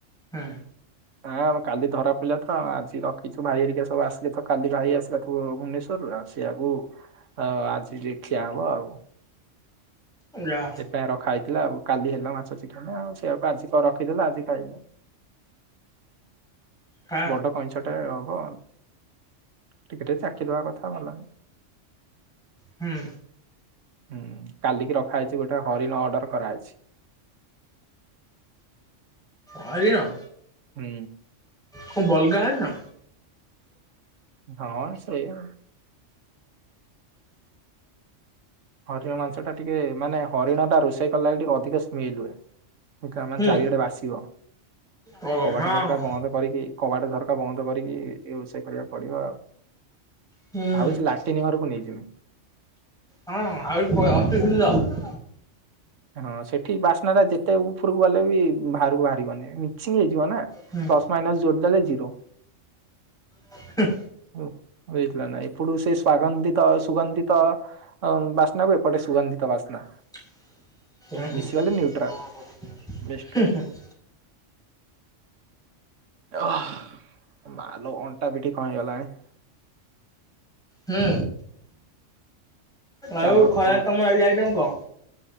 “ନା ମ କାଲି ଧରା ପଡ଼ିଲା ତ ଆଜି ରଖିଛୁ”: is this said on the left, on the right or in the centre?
Right